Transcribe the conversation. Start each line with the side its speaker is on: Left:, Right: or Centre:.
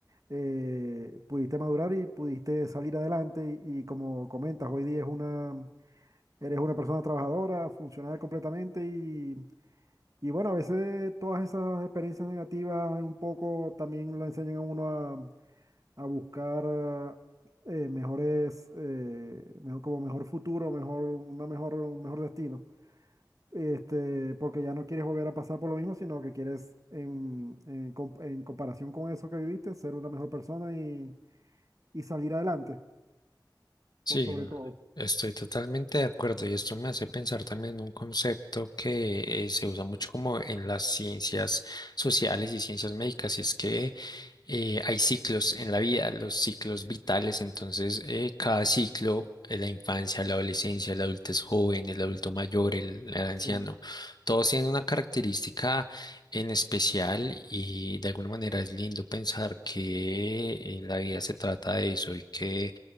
Right: eh, pudiste madurar y pudiste salir adelante y, y como comentas, hoy día es una, eres una persona trabajadora, funcional completamente y bueno, a veces todas esas experiencias negativas eh, un poco también lo enseñan a uno a, a buscar eh, mejores, eh, mejor, como mejor futuro, mejor, una mejor, un mejor destino. Este, porque ya no quieres volver a pasar por lo mismo, sino que quieres, en, en comp- en comparación con eso que viviste, ser una mejor persona y, y salir adelante,
Left: Sí,
Right: por sobre
Left: no,
Right: todo.
Left: estoy totalmente de acuerdo y esto me hace pensar también en un concepto que eh, se usa mucho como en las ciencias sociales y ciencias médicas y es que eh, hay ciclos en la vida, los ciclos vitales, entonces eh, cada ciclo, eh, la infancia, la adolescencia, el adultez joven, el adulto mayor, el, el anciano,
Right: Sí,
Left: todos tienen una característica en especial y de alguna manera es lindo pensar que eh, la vida se trata de eso y que